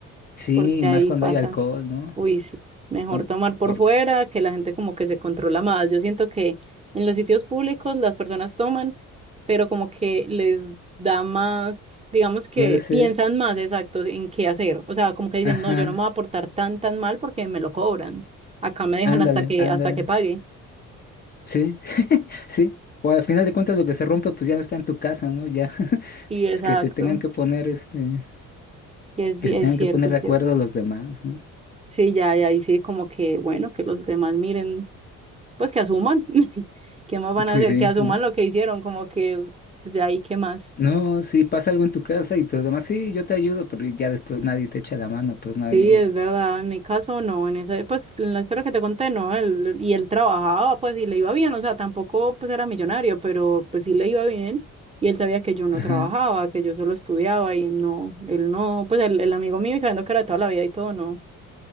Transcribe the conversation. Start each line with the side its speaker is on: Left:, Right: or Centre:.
Left: Sí,
Right: porque
Left: más
Right: ahí
Left: cuando
Right: pasa.
Left: hay alcohol, ¿no?
Right: Uy, sí, mejor
Left: Con,
Right: tomar por
Left: por-
Right: fuera, que la gente como que se controla más. Yo siento que en los sitios públicos las personas toman, pero como que les da más, digamos que
Left: puede ser,
Right: piensan más exacto en qué hacer. O sea, como que dicen,
Left: ajá,
Right: no, yo no me voy a portar tan, tan mal porque me lo cobran. Acá me dejan
Left: ándale,
Right: hasta que,
Left: ándale.
Right: hasta que pague.
Left: Sí, <laughs> sí. O al final de cuentas lo que se rompe pues ya no está en tu casa, ¿no? Ya. <laughs>
Right: Y exacto,
Left: Es que se tengan que poner, este,
Right: y es, bi-
Left: que se
Right: es
Left: tengan
Right: cierto,
Left: que poner
Right: es
Left: de acuerdo
Right: cierto.
Left: los demás, ¿no?
Right: Sí, ya, ya ahí sí como que, bueno, que los demás miren, pues que asuman. <laughs> ¿Qué más van a
Left: Pues
Right: hacer?
Left: sí,
Right: Que asuman
Left: ¿no?
Right: lo que hicieron, como que, pues de ahí, ¿qué más?
Left: No, si pasa algo en tu casa y todos demás, sí, yo te ayudo, pero ya después nadie te echa la mano, pues nadie.
Right: Sí, es verdad, en mi caso no, en esa, pues en la historia que te conté, no, él, y él trabajaba, pues y le iba bien, o sea, tampoco pues era millonario, pero pues sí le iba bien, y él sabía que yo no
Left: Ajá.
Right: trabajaba, que yo solo estudiaba, y no, él no, pues el, el amigo mío, y sabiendo que era de toda la vida y todo, no.